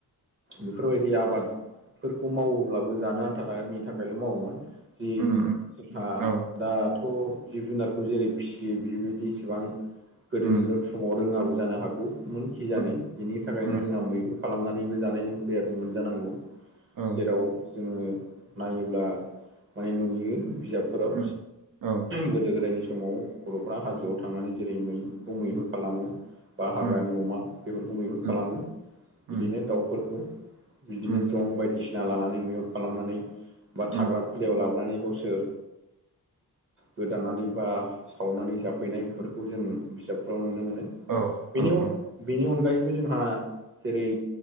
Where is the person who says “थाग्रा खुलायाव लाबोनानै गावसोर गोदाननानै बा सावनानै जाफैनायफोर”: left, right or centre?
Right